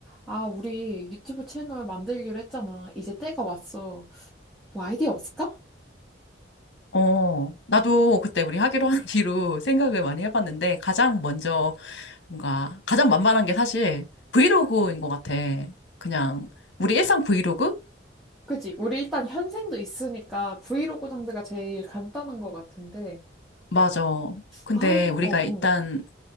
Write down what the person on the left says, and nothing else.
어, 나도 그때 우리 하기로 한 <laughs> 뒤로 생각을 많이 해봤는데 가장 먼저 뭔가 가장 만만한 게 사실 브이로그인 것 같아. 그냥 우리 일상 브이로그?
맞아. 근데
우리가
일단